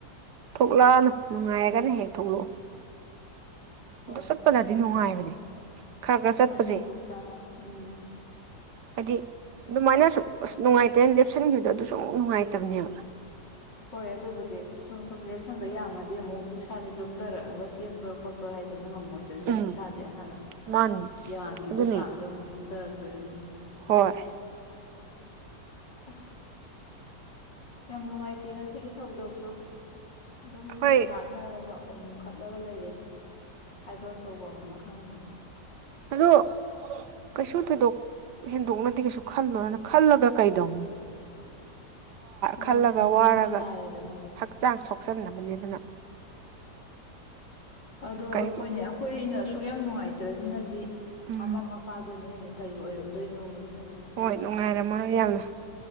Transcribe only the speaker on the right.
ꯊꯣꯛꯂꯛꯑꯅꯨ ꯅꯨꯡꯉꯥꯏꯔꯒꯅ ꯍꯦꯛ ꯊꯣꯛꯂꯛꯑꯣ
ꯆꯠꯄꯅꯗꯤ
ꯅꯨꯡꯉꯥꯏꯕꯅꯦ
ꯈꯔ ꯈꯔ ꯆꯠꯄꯁꯦ
ꯍꯥꯏꯗꯤ ꯑꯗꯨꯃꯥꯏꯅꯁꯨ ꯑꯁ ꯅꯨꯡꯉꯥꯏꯇꯦꯅ ꯂꯦꯞꯁꯟꯈꯤꯕꯗꯣ ꯑꯗꯨ ꯁꯨꯝ ꯅꯨꯡꯉꯥꯏꯇꯕꯅꯦꯕ
ꯎꯝ
ꯃꯥꯅꯤ
ꯑꯗꯨꯅꯤ
ꯍꯣꯏ
ꯍꯣꯏ
ꯑꯗꯣ ꯀꯩꯁꯨ ꯊꯣꯏꯗꯣꯛ ꯍꯦꯟꯗꯣꯛꯅꯗꯤ ꯀꯩꯁꯨ ꯈꯜꯂꯅ ꯈꯜꯂꯒ ꯀꯩꯗꯧꯅꯤ
ꯈꯜꯂꯒ ꯋꯥꯔꯒ
ꯍꯛꯆꯥꯡ ꯁꯣꯛꯆꯟꯅꯕꯅꯤ ꯑꯗꯨꯅ
ꯀꯔꯤꯝ
ꯎꯝ
ꯍꯣꯏ ꯅꯨꯡꯉꯥꯏꯔꯃꯅꯣ ꯌꯥꯝꯂ